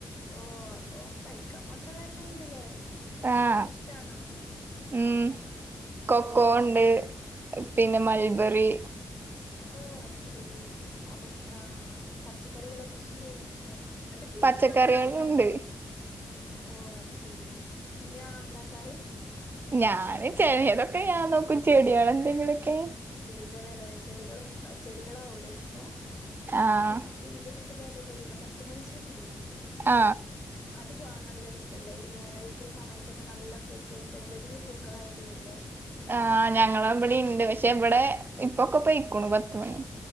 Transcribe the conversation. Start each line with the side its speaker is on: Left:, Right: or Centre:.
Left: ഓ അപ്പൊ കഴിക്കാൻ മാത്രള്ള എല്ലാം ഉണ്ടല്ലേ,
Right: ആഹ്
Left: അതൊക്കെ ഇഷ്ടാണോ?
Right: ഉം കൊക്കോ
Left: ഓ അത്
Right: ഉണ്ട്
Left: ശെ
Right: പിന്നെ മൽബറി.
Left: ഓ, അത് ശരി അപ്പം ആ പച്ചക്കറികളോ കൃഷി ചെയ്യാൻ ഇഷ്ടാണോ? അതൊക്കെ
Right: പച്ചക്കറികളുണ്ട്
Left: നീ ആണോ ഉണ്ടാക്കാറ്. ഓ അത് ശരി, നീയാണോ ഉണ്ടാക്കാറ്
Right: ഞാന് ചെലതൊക്കെ ഞാൻ നോക്കും, ചെടികള് എന്തെങ്കിലുമൊക്കെ.
Left: കിളികല്ല, ചെടികൾ ചെടികളാവൂല്ലെ ഇഷ്ടം,
Right: ആഹ്
Left: എനിക്ക് എന്റെ വീട് <unintelligible> അതേരയെ പത്ത് മണിച്ചെടിയില്ലേ
Right: ആ
Left: അത് പോവാൻ നല്ല രസമല്ലേ ഈ വേനലിന്റെ സമയത്തൊക്കെ നല്ല പൂക്കളിട്ടാണ് വലിയ പൂക്കളായിട്ട് വരില്ലേ.
Right: ആ, ഞങ്ങളെ ഇവിടെയിണ്ട്
Left: ആ
Right: പക്ഷെ ഇവിടെ ഇപ്പൊക്കെ പോയിക്കുണു പത്തുമണി.